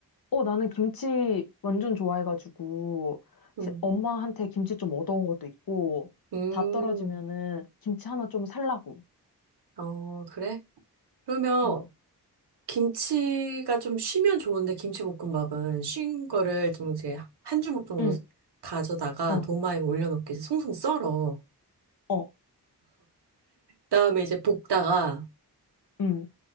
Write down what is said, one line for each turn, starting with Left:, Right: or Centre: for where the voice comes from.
Left: 어, 나는 김치 완전 좋아해가지고
Right: 응.
Left: 시- 엄마한테 김치 좀 얻어온 것도 있고
Right: 음,
Left: 다 떨어지면은 김치 하나 좀 살라고.
Right: 어, 그래? 그러면,
Left: 응,
Right: 김치가 좀 쉬면 좋은데, 김치볶음밥은 쉰 거를 좀 이제 한 주먹 정도
Left: 응,
Right: 가져다가
Left: 어,
Right: 도마에 올려놓고 이제 송송 썰어.
Left: 어,
Right: 그다음에 이제 볶다가
Left: 응.